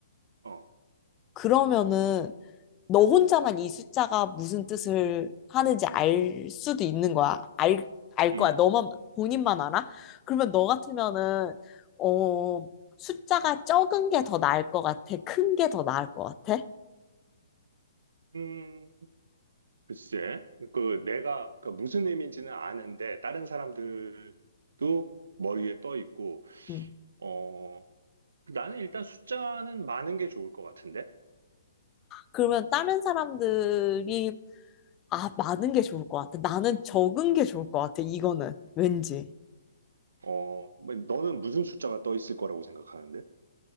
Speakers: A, on the right; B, on the left.
A: 어,
B: 그러면은 너 혼자만 이 숫자가 무슨 뜻을 하는지 알 수도 있는 거야. 알, 알
A: 응,
B: 거야. 너만, 본인만 알아? 그러면 너 같으면은, 어, 숫자가 적은 게 더 나을 것 같아? 큰 게 더 나을 것 같아?
A: 음, 음, 글쎄. 그, 내가, 그, 무슨 의미인지는 아는데, 다른 사람들도 머리에 떠 있고,
B: 음.
A: 어, 나는 일단 숫자는 많은 게 좋을 것 같은데?
B: 그러면 다른 사람들이, 아, 많은 게 좋을 것 같아. 나는 적은 게 좋을 것 같아. 이거는. 왠지.
A: 어, 뭐, 너는 무슨 숫자가 떠 있을 거라고 생각하는데?